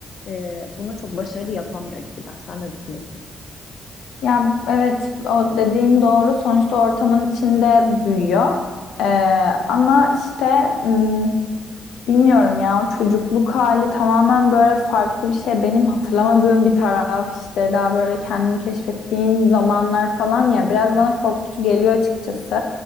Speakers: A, on the left (about 55°); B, on the left (about 85°).
A: e, bunu çok başarılı yapamıyor gibiler. Sen ne düşünüyorsun?
B: Ya evet o dediğin doğru. Sonuçta ortamın içinde büyüyor. Ee, ama işte hmm, Bilmiyorum ya o çocukluk hali tamamen böyle farklı bir şey. Benim hatırlamadığım bir taraf işte daha böyle kendini keşfettiğin zamanlar falan ya biraz bana korkutucu geliyor açıkçası.